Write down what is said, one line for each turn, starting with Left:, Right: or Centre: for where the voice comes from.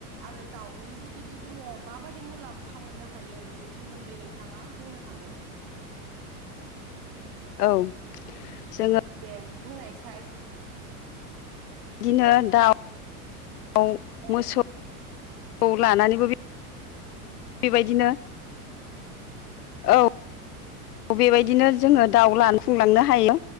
Right: आरो दाउनि जु बि जोङो माबायदि मुलाम्फा मोननो हायो। बेनि सोमोन्दै नोंथाङा बुंनो हागोन
Left: औ जोङो
Right: दे बुंनायसाय
Left: बिदिनो दाउ आव
Right: औ
Left: मोसौ औ लानानैबो बे बेबायदिनो औ बेबायदिनो जोङो दाउ लानफुंलांनो हायो